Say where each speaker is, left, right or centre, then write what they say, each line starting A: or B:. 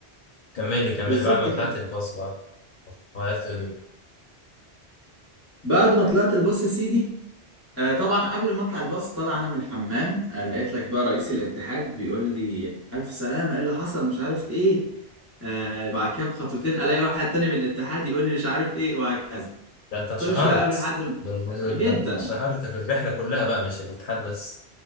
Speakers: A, on the left (about 60°); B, on the left (about 15°).
A: كملي كملي
B: بالظبط
A: بعد ما طلعت
B: كده
A: الباص بقى غيرت هدومي
B: بعد ما طلعت الباص يا سيدي آه طبعا قبل ما اطلع الباص طالع انا من الحمام آه لقيت لك بقى رئيس الاتحاد بيقول لي الف سلامه ايه اللي حصل مش عارف ايه آه بعد كده بخطوتين الاقي واحد تاني من الاتحاد يقول لي مش عارف ايه وهكذا
A: ده انت اتشهرت
B: كل شويه اقابل حد من...
A: ده ال-
B: جدا
A: <laughs> ده انت اتشهرت في الرحلة كلها بقى مش الاتحاد بس